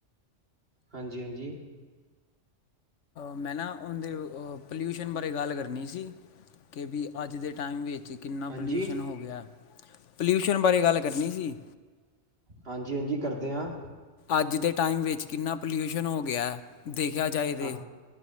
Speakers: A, on the right; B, on the left.
A: ਹਾਂਜੀ-ਹਾਂਜੀ
B: ਮੈਂ ਨਾ ਉਹਦੇ ਪੋਲਿਊਸ਼ਨ ਬਾਰੇ ਗੱਲ ਕਰਨੀ ਸੀ ਕਿ ਵੀ ਅੱਜ ਦੇ ਟਾਈਮ ਵਿੱਚ ਕਿੰਨਾ
A: ਹਾਂਜੀ
B: ਪੋਲਿਊਸ਼ਨ ਹੋ ਗਿਆ, ਪੋਲਿਊਸ਼ਨ ਬਾਰੇ ਗੱਲ ਕਰਨੀ ਸੀ।
A: ਹਾਂਜੀ-ਹਾਂਜੀ ਕਰਦੇ ਹਾਂ।
B: ਅੱਜ ਦੇ ਟਾਈਮ ਵਿੱਚ ਕਿੰਨਾ ਪੋਲਿਊਸ਼ਨ ਹੋ ਗਿਆ। ਦੇਖਿਆ ਜਾਏ ਤੇ
A: ਹਾਂ